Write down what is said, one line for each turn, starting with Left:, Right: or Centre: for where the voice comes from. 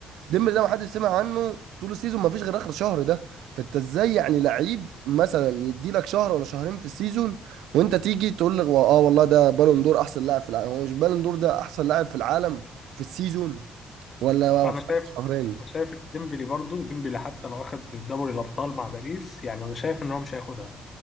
Right: ديمبلي ده ما حدش سمع عنه طول السيزون ما فيش غير اخر شهر ده فانت ازاي يعني لعيب مثلا يدي لك شهر ولا شهرين في السيزون وانت تيجي تقول لي اه والله ده بالون دور احسن لاعب في العالم هو مش بالون دور ده احسن لاعب في العالم في السيزون ولا
Left: انا
Right: في آخر
Left: شايف
Right: شهرين
Left: انا شايف ديمبلي برضه ديمبلي حتى لو اخد دوري الابطال مع باريس يعني انا شايف ان هو مش هياخدها